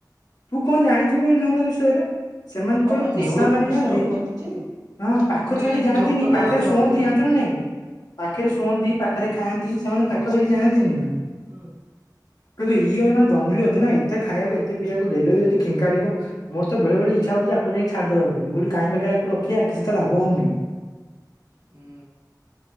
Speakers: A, on the left; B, on the right.
A: ତୁ କଣ ଜାଣିଛୁ କହିଲୁ ନେଉଳ ବିଷୟରେ ସେମାନେ ଯେତେବେଳେ
B: ହଁ ମାନେ
A: ପୋଷା
B: ନେଉଳକୁ
A: ମାନିଯାଆନ୍ତି।
B: ରଖନ୍ତି ଯେ
A: ହଁ ପାଖ
B: କିନ୍ତୁ
A: ଛାଡି
B: ଏ ଯଦି
A: ଯାଆନ୍ତିନି
B: ଜଙ୍ଗଲ
A: ପାଖରେ
B: ଜଙ୍ଗଲୀ
A: ଶୁଅନ୍ତି
B: ହେଇଥିବ
A: ଜାଣିଛୁ ନା
B: ଟିକେ
A: ନାଇଁ। ପାଖରେ ଶୁଅନ୍ତି ପାଖରେ ଖାଆନ୍ତି ସେମାନେ ପାଖ ଛାଡି ଯାଆନ୍ତିନି।
B: ହୁଁ।
A: କିନ୍ତୁ ଇଏ ହେନା ଜଙ୍ଗଲୀ ଅଛି ନା ଏତେ ଖାଇବାକୁ ଏତେ ପିଇବାକୁ ଦେଲେ ବି ଯଦି ଖିଙ୍କାଡିବ। ମୋର ତ ବେଳେବେଳେ ଇଛା ହଉଛି ଆକୁ ଯାଇକି ଛାଡିଦବାକୁ ମୁ କହିଲି କାହିଁ ବେକାର ଆକୁ ରଖିବା କିଛି ତ ଲାଭ ହଉନି।
B: ହୁଁ।